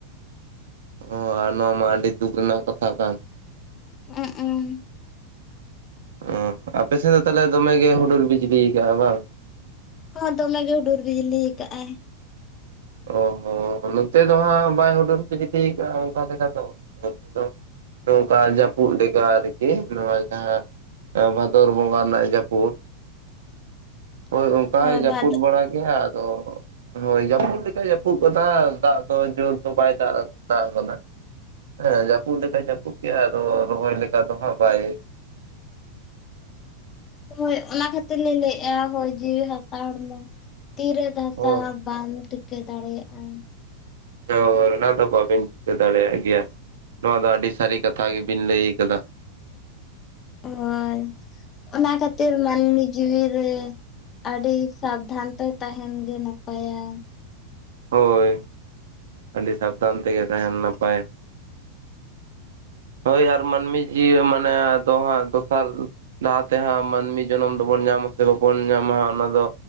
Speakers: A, on the right; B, on the left.
A: ᱚᱸ ᱟᱨ ᱱᱚᱣᱟ ᱢᱟ ᱟᱹᱰᱤ ᱫᱩᱠᱷ ᱨᱮᱱᱟᱜ ᱠᱟᱛᱷᱟ ᱠᱟᱱ
B: <unintelligible>
A: ᱚᱸ ᱟᱯᱮ ᱥᱮᱫ ᱫᱚ ᱛᱟᱦᱚᱞᱮ ᱫᱚᱢᱮ ᱜᱮ ᱦᱩᱰᱩᱨ ᱵᱤᱡᱽᱞᱤ ᱟᱠᱟᱜᱼᱟ ᱵᱟᱝ
B: ᱦᱚᱸ ᱫᱚᱢᱮ ᱜᱮ ᱜᱮᱰᱩᱨ ᱵᱤᱡᱽᱞᱤ ᱟᱠᱟ ᱟᱭ
A: ᱚᱸ ᱦᱚᱸ ᱱᱚᱛᱮ ᱫᱚ ᱦᱟᱸᱜ ᱵᱟᱭ ᱦᱩᱰᱩᱨ ᱵᱤᱡᱽᱞᱤ ᱟᱠᱟᱼᱟ ᱚᱱᱠᱟ ᱞᱮᱠᱟ ᱫᱚ ᱟᱫᱚ ᱱᱚᱝᱠᱟ ᱡᱟᱹᱯᱩᱫ ᱞᱮᱠᱟ ᱟᱨᱠᱤ ᱱᱚᱣᱟ ᱡᱟᱦᱟᱸ ᱵᱷᱟᱫᱚᱨ ᱵᱚᱸᱜᱟ ᱨᱮᱱᱟᱜ ᱡᱟᱹᱯᱩᱫ
B: <inaudible>
A: ᱦᱳᱭ ᱚᱱᱠᱟ
B: ᱦᱚᱭ
A: ᱡᱟᱹᱯᱩᱫ
B: ᱵᱟᱫ
A: ᱵᱟᱲᱟ ᱠᱮᱼᱟ ᱟᱫᱚ ᱦᱳᱭ ᱡᱟᱹᱯᱩᱫ ᱡᱟᱹᱯᱩᱫ ᱠᱟ ᱫᱟᱜ ᱫᱚ ᱡᱳᱨ ᱫᱚ ᱵᱟᱭ ᱫᱟᱜ ᱟᱠᱟᱫᱟ ᱦᱮᱸ ᱡᱟᱹᱯᱩᱫ ᱞᱮᱠᱟᱭ ᱡᱟᱹᱯᱩᱫ ᱠᱮᱼᱟ ᱟᱫᱚ ᱨᱚᱦᱚᱭ ᱞᱮᱠᱟ ᱫᱚ ᱦᱟᱸᱜ ᱵᱟᱭ
B: ᱦᱳᱭ ᱚᱱᱟ ᱠᱷᱟᱹᱛᱤᱨ ᱞᱤᱧ ᱞᱟᱹᱭᱮᱜᱼᱟ ᱦᱳᱭ ᱡᱤᱣᱤ ᱦᱟᱥᱟ ᱦᱚᱲᱢᱚ ᱛᱤᱨᱮ ᱫᱷᱟᱥᱟ
A: ᱦᱳᱭ
B: ᱵᱟᱢ ᱴᱷᱤᱠᱟᱹ ᱫᱟᱲᱮᱭᱟᱜᱼᱟ
A: <unintelligible> ᱚᱱᱟ ᱫᱚ ᱵᱟᱹᱵᱤᱱ ᱴᱷᱤᱠᱟᱹ ᱫᱟᱲᱮᱭᱟᱜ ᱜᱮᱭᱟ ᱱᱚᱣᱟ ᱫᱚ ᱟᱹᱰᱤ ᱥᱟᱹᱨᱤ ᱠᱟᱛᱷᱟ ᱜᱤᱵᱮᱱ ᱞᱟᱹᱭ ᱟᱠᱟᱫᱟ
B: ᱦᱳᱭ ᱚᱱᱟ ᱠᱷᱟᱹᱛᱤᱨ ᱢᱟᱹᱱᱢᱤ ᱡᱤᱣᱤ ᱨᱮ ᱟᱹᱰᱤ ᱥᱟᱵᱫᱷᱟᱱ ᱛᱮ ᱛᱟᱦᱮᱱ ᱜᱮ ᱱᱟᱯᱟᱭᱟ᱾
A: ᱦᱳᱭ ᱟᱹᱰᱤ ᱥᱟᱵᱫᱷᱟᱱ ᱛᱮᱜᱮ ᱛᱟᱦᱮᱱ ᱱᱟᱯᱟᱭᱟ᱾ ᱦᱳᱭ ᱟᱨ ᱢᱟᱹᱱᱢᱤ ᱡᱤᱣᱤ ᱢᱟᱱᱮ ᱫᱚᱦᱟᱸᱜ ᱫᱚᱥᱟᱨ ᱞᱟᱦᱟ ᱛᱮᱦᱟᱸᱜ ᱢᱟᱹᱱᱢᱤ ᱡᱚᱱᱚᱢ ᱫᱚᱵᱚᱱ ᱧᱟᱢᱟ ᱥᱮ ᱵᱟᱵᱚᱱ ᱧᱟᱢᱟ ᱦᱟᱸᱜ ᱚᱱᱟ ᱫᱚ